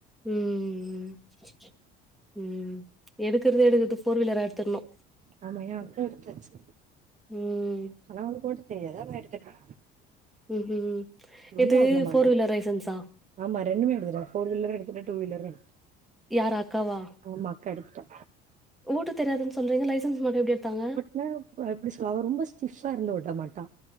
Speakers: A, in the centre; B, on the right (about 40°).
A: ம் ம் ம் எடுக்குறது எடுக்குறது ஃபோர்வீலரா எடுத்தர்னு
B: ஆமா ஏ அக்கா எடுத்தாச்சு
A: ம்
B: ஆனா அவளுக்கு ஓட்ட தெரியாது ஆனா எடுத்துட்டா
A: ம்
B: ரொம்ப
A: எது
B: ஓட்ட மாட்டா
A: ஃபோர் வீலர் லைசன்ஸா
B: ஆமா ரெண்டுமே எடுத்துட்டா ஃபோர் வீலரு எடுத்துட்டா டூ வீலரு எடுத்துடா
A: யாரு அக்காவா
B: போமா அக்கா எடுத்துட்டா
A: ஓட்ட தெரியாதுன் சொல்றீங்க லைசன்ஸ் மட்டு எப்டி எடுத்தாங்க
B: ல ப்ப எப்டி சொல்ல அவ ரொம்ப ஸ்டிஃப்ஸா இருந்து ஓட்ட மாட்டா